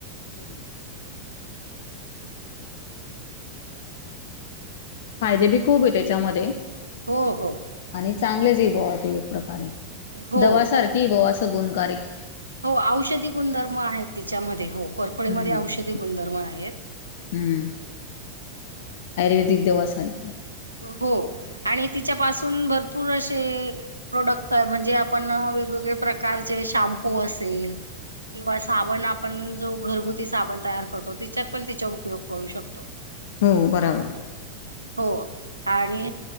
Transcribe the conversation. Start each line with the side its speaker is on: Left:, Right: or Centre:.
Left: <unintelligible>
Right: हम्
Left: फायदे बी खूप आहेत त्येच्यामध्ये
Right: हो हो
Left: आणि चांगलेच बवा ते एक प्रकारे,
Right: हो
Left: दवा सारखी ह बोवा अस गुणकारीक.
Right: हो औषधी गुणधर्म आहेत तिच्यामध्ये हो, करफोळीमध्ये
Left: हम्म
Right: औषधी गुणधर्म आहेत.
Left: हम्म, आयुर्वेदिक दवा सारखे
Right: हो आणि तिच्यापासून भरपूर अशे प्रोडक्ट म्हणजे आपण वेगवेगळे प्रकारचे शॅम्पू असेल किंवा साबण आप आपण जो घरगुती साबण तयार करतो, तिच्यात पण तिचा उपयोग करू शकतो.
Left: हो बराबर
Right: हो आणि